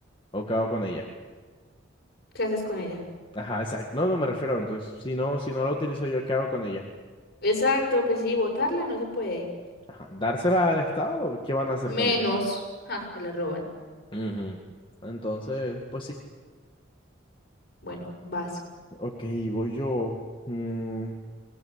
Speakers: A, on the left (about 25°); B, on the left (about 50°).
A: ¿O qué hago con ella?
B: ¿Qué haces con ella?
A: Ajá, exacto. No, no me refiero. Entonces, si no, si no la utilizo yo, ¿qué hago con ella?
B: Exacto, pues sí, botarla no se puede.
A: Ajá. ¿Dársela al Estado? o ¿Qué van a hacer
B: Menos,
A: con ella?
B: ja, se la roban.
A: Ujú. Entonces, pues sí.
B: Bueno, vas.
A: Ok, voy yo. Mm,